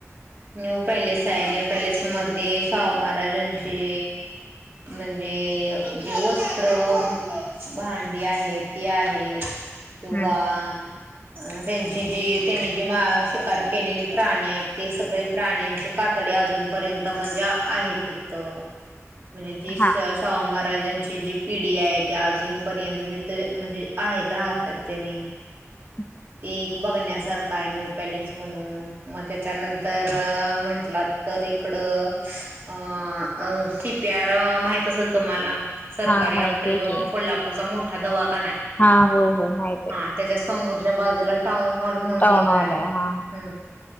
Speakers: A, on the right; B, on the left.
A: न्यू पॅलेस आहे न्यू पॅलेस मध्ये शाहू महाराजांची म्हणजे जे वस्त्र भांडी आहे ती आहेत किंवा
B: हम्म
A: अ त्यांची जी त्यांनी जी मा शिकार केलेली प्राणी आहेत. ते सगळी प्राण्यांची कातडी अजूनपर्यंत म्हणजे आहे तिथ म्हणजे जीस
B: हा
A: शाहू महाराजांची जी पिढी आहे ती अजूनपर्यंत तिथे म्हणजे आहेत राहतात त्यानी
B: <unintelligible>
A: ते एक बघण्यासारखा आहे न्यू पॅलेन्स म्हणून मग त्याच्यानंतर म्हंटलात तर इकडं अ अ सी पी आर माहित असल तुम्हाला सरकारी
B: हा माहित
A: आपलं
B: आहे
A: जो
B: की
A: कोल्हापूरचा मोठा दवाखाना आहे.
B: हा होय होय माहित आहे.
A: हां त्याच्या समोरच्या बाजूला टाऊन हॉल म्हणून
B: टाऊन
A: एक
B: हॉल
A: आहे.
B: हा
A: हम्